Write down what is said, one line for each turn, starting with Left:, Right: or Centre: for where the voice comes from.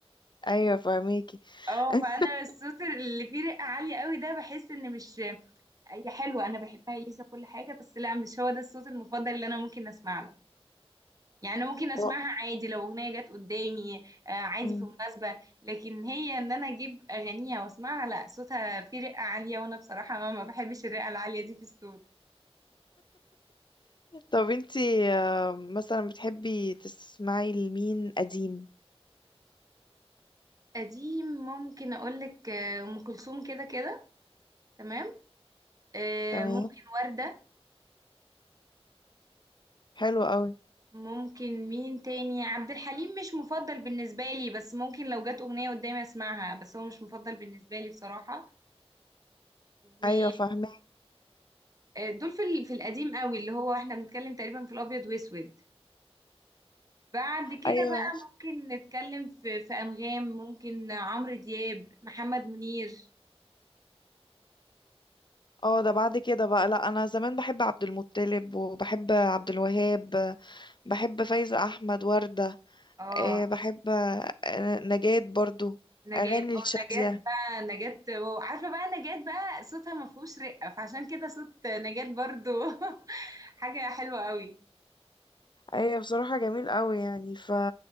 Left: أيوة فاهميكي
Right: اه
Left: <laughs>
Right: فانا الصوت اللي فيه رقه عاليه قوي ده بحس ان مش هي حلوه انا بحبها اليسا كل حاجه بس لا مش هو ده الصوت المفضل اللي انا ممكن اسمع له يعني ممكن اسمعها
Left: و-
Right: عادي لو اغنيه جت قدامي آه، عادي
Left: مم.
Right: في مناسبه لكن هي ان انا اجيب اغانيها واسمعها لا صوتها فيه رقه عاليه وانا بصراحه ما ما بحبش الرقه العاليه دي في الصوت
Left: طب انتي آه، مثلا بتحبي تسمعي لمين قديم
Right: قديم ممكن اقولك آه، ام كلثوم كده كده تمام آه،
Left: تمام
Right: ممكن ورده
Left: حلو قوي
Right: ممكن مين تاني عبد الحليم مش مفضل بالنسبة لي بس ممكن لو جت أغنية قدامي أسمعها بس هو مش مفضل بالنسبة لي بصراحة ودول
Left: ايوه فاهمه
Right: في ال- في القديم قوي اللي هو احنا بنتكلم تقريبا في الأبيض وأسود بعد كده
Left: ايوه
Right: بقى ممكن نتكلم في في أنغام ممكن عمرو دياب محمد منير
Left: اه ده بعد كده بقى لا انا زمان بحب عبد المطلب وبحب عبد الوهاب بحب فايزة احمد وردة
Right: اه
Left: آه، بحب آه، نجاة برضو
Right: نجاة
Left: اغاني
Right: اه
Left: الشادية
Right: نجاة بقى نجاة واو عارفة بقى نجاة بقى صوتها ما فيهوش رقة فعشان كده صوت نجاة برضو <laughs> حاجة حلوة قوي
Left: ايوه بصراحة جميل قوي يعني ف